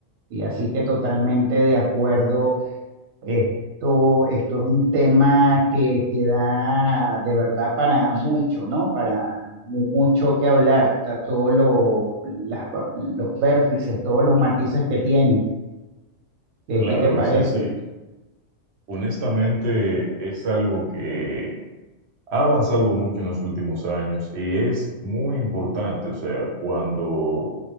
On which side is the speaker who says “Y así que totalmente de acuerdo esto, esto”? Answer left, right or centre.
Right